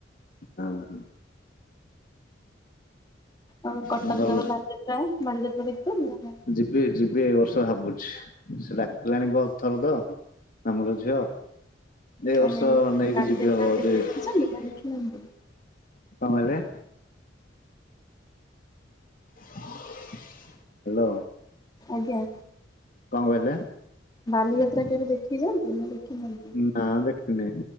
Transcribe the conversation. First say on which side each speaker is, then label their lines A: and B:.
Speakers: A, on the left (about 50°); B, on the left (about 20°).
A: ହଁ ହଁ।
B: ଆଉ କଟକ
A: ହଁ ଭଲ
B: ଯଉ ବାଲିଯାତ୍ରା, ବାଲିଯାତ୍ରା ଦେଖିଛନ୍ତି ନା ନାଇଁ?
A: ଯିବି-ଯିବି ଏଇ ବର୍ଷ ଭାବୁଛି, ସେ ଡାକିଲାଣି ବହୁତ୍ ଥର ତ <unintelligible> ଝିଅ। <unintelligible> ବର୍ଷ
B: ନାଇଁ ନାଇଁ ମୁଁ
A: ନେଇକି
B: ବାଲିଯାତ୍ରା
A: ଯିବି ହବ
B: କେବେ
A: ଯଦି,
B: ଦେଖିଛନ୍ତି
A: କଣ
B: ନା ଦେଖିନାହାନ୍ତି?
A: କହିଲେ? ହାଲୋ।
B: ଆଜ୍ଞା।
A: କଣ କହିଲେ?
B: ବାଲିଯାତ୍ରା କେବେ ଦେଖିଚନ୍ତି, ନା ଦେଖିନାହାନ୍ତି?
A: ନା ଦେଖିନି,